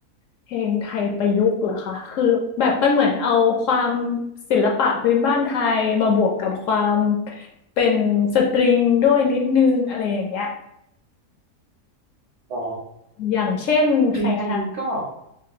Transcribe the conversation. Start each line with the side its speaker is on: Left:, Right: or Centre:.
Left: เพลงไทยประยุกต์เหรอคะคือแบบมันเหมือนเอาความศิลปะพื้นบ้านไทยมาบวกกับความเป็นสตริงด้วยนิดนึงอะไรอย่างเงี้ย
Right: อ๋อ
Left: อย่างเช่นใครนะคะ
Right: จริงๆก็